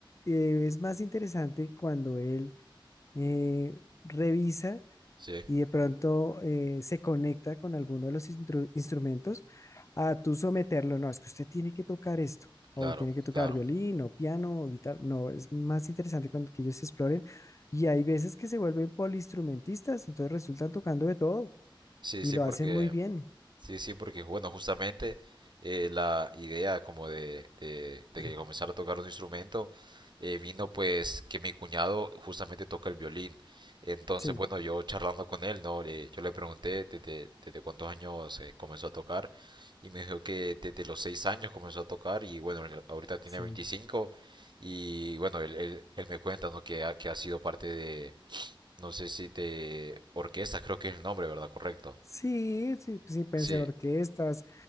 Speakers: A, on the left (about 35°); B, on the right (about 60°).
A: eh, es más interesante cuando él eh, revisa
B: sí,
A: y de pronto eh, se conecta con alguno de los instru- instrumentos a tú someterlo. No, es que usted tiene que tocar esto,
B: claro,
A: o tiene que tocar
B: claro.
A: violín, o piano, o guitarra. No, es más interesante cuando que ellos exploren. Y hay veces que se vuelven poliinstrumentistas, entonces resultan tocando de todo
B: Sí,
A: y
B: sí,
A: lo
B: porque
A: hacen muy bien.
B: Sí, sí, porque bueno, justamente eh, la idea como de, de, de
A: <clears throat>
B: que comenzara a tocar un instrumento eh, vino pues que mi cuñado justamente toca el violín. Entonces,
A: Sí,
B: bueno, yo charlando con él, ¿no? Le- yo le pregunté desde, desde cuántos años eh, comenzó a tocar y me dijo que desde los seis años comenzó a tocar y bueno, él ahorita tiene
A: sí.
B: 25 y bueno, él, él- él me cuenta, ¿no? Que ha, que ha sido parte de, no sé si de orquestas, creo que es el nombre, ¿verdad? Correcto.
A: Sí, sí, sí, pueden
B: Sí,
A: ser orquestas,